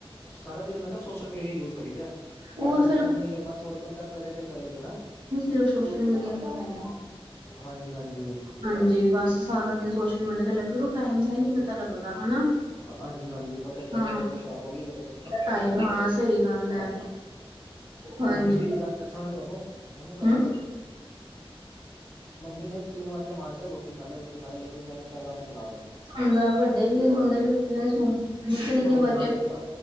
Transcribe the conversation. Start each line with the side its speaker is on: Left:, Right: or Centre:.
Left: ਸਾਰਾ ਦਿਨ ਮੈਂ ਕਿਹਾ ਸੋਸ਼ਲ ਮੀਡੀਆ ਯੂਜ ਕਰੀਦਾ,
Right: ਹੋਰ
Left: ਅੱਜ-ਕੱਲ
Right: ਫਿਰ
Left: ਟਾਈਮ ਹੀ ਹੋਈ ਹੈ ਬਸ ਹੋਰ ਬੰਦਾ ਕਰੇ ਤੇ ਕਰੇ ਕਿ ਨਾ।
Right: ਸਿਰਫ ਸੋਸ਼ਲ ਮੀਡੀਆ ਨੀ ਹੈਗੇ।
Left: ਹਾਂਜੀ - ਹਾਂਜੀ।
Right: ਹਾਂਜੀ। ਬਸ ਸਾਰਾ ਦਿਨ ਸੋਸ਼ਲ ਮੀਡੀਆ ਤੇ ਲੱਗ ਟਾਈਮ ਦਾ ਹੀ ਨਹੀਂ ਪਤਾ ਲੱਗਦਾ ਹਨਾ।
Left: ਹਾਂਜੀ - ਹਾਂਜੀ ਪਤਾ ਨਹੀਂ
Right: ਹਾਂ
Left: ਲੱਗਦਾ। ਕਦੋਂ ਸ਼ਾਮ ਹੋ ਗਈ ਤੇ ਕਦੋਂ ਸਵੇਰ ਹੋ
Right: ਟਾਈਮ
Left: ਗਈ
Right: ਹਾਂ ਸਹੀ ਗੱਲ
Left: ਹਾਂਜੀ।
Right: ਹੈ ਹਾਂਜੀ
Left: ਹੁਣ ਦੀ ਵੀ ਗੱਲ ਦੱਸਾਂ। ਮੈਂ ਤੁਹਾਨੂੰ ਉਹਨੂੰ ਕਰੋ
Right: ਹਮ
Left: ਨਾ। ਮੰਮੀ ਨੇ ਤਿੰਨ ਅਵਾਜਾਂ ਮਾਰਤੀਆ ਰੋਟੀ ਖਾ ਲੈ। ਰੋਟੀ ਖਾ ਲੇ। ਲੇਕਿਨ ਮੈਂ ਇੰਸਟਾਗ੍ਰਾਮ ਹੀ ਚਲਾ ਰਿਹਾ ਸੀ।
Right: ਹਣ ਦਾ ਵੱਡੇ ਵੀ ਨੀ ਸੁਣਦੇ।
Left: ਹਾਂਜੀ,
Right: ਛੋਟੇ ਵੀ ਨੀ ਸੁਣਦੇ ਨਿੱਕੇ ਨਿੱਕੇ
Left: ਹਾਂਜੀ-ਹਾਂਜੀ
Right: ਬੱਚੇ।
Left: ਬ